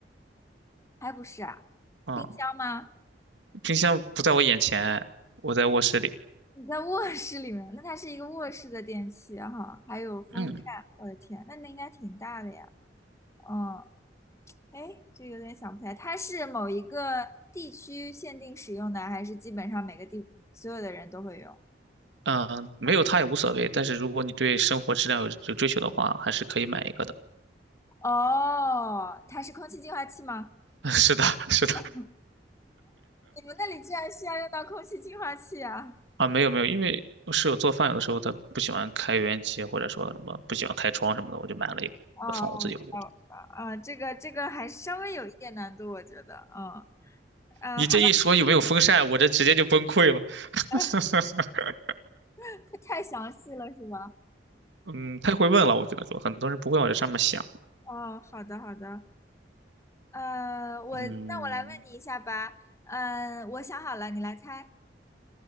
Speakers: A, on the left (about 15°); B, on the right (about 80°).
A: 还不是啊，
B: 嗯，
A: 冰箱吗？
B: 冰箱不在我眼前，我在卧室里。
A: 你在卧室里面，那它是一个卧室的电器哈，还有风扇，
B: 嗯，
A: 我的天，那那应该挺大的呀。嗯，哎，这有点想不起来，它是某一个地区限定使用的，还是基本上每个地所有的人都会有？
B: 嗯，没有它也无所谓，但是如果你对生活质量有有追求的话，还是可以买一个的。
A: 哦，它是空气净化器吗？
B: <laughs> 是的，是的。
A: 哦，你们那里居然需要用到空气净化器啊？
B: 啊，没有没有，因为我室友做饭有的时候他不喜欢开油烟机，或者说什么不喜欢开窗什么的，我就买了一个放我自己屋里。
A: 哦，我知道了，啊，这个这个还稍微有一点难度，我觉得，嗯嗯，
B: 你这一说有没有风扇，
A: 好
B: 我这直接就崩溃了。<laughs>
A: 的，<laughs> 太详细了是吗？
B: 嗯，太会问了，我只能说很多人不会往这上面想。
A: 哦，好的好的，呃，我那我来问你一下吧，
B: 嗯，
A: 嗯、呃我想好了，你来猜，